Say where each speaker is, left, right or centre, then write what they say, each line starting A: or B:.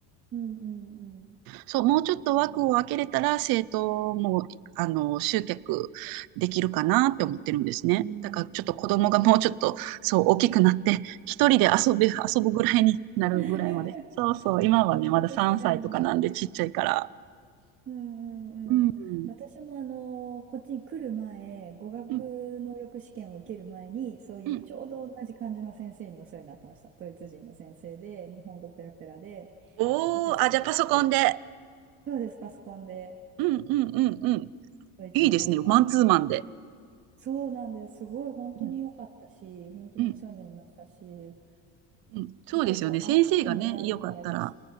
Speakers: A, on the right; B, on the right.
A: うんうんうん。
B: そう、もうちょっと枠を開けれたら、生徒も、あの、集客できるかなって思ってるんですね。
A: うん、
B: だからちょっと子供がもうちょっと、
A: そうですね。
B: そう、大きくなって、一人で遊べ、遊ぶぐらいになるぐらいまで。
A: <laughs>
B: そうそう、今はね、まだ3歳とかなんでちっちゃいから。
A: 確かに。うんうんうん。
B: うん。
A: 私もあの、こっちに来る前、語学能力試験を受ける前に、
B: うん。
A: そういうちょうど同じ感じの先生にお世話になってました。
B: うん。
A: ドイツ人の先生で、日本語ペラペラで、
B: おー、
A: お子さんで。
B: あ、じゃあパソコンで
A: そうです、パソコンで、
B: うんうんうんうん。
A: ドイツ、
B: いいですね。
A: 日本間で。
B: マンツーマンで。
A: そうなんです。すごい本当に良かったし、
B: うん
A: 本当にお世話になりましたし、
B: うんうんうんそうですよね。
A: やっぱりこう、
B: 先生がね、
A: 合わせてもらえるからいいし。
B: よかったら。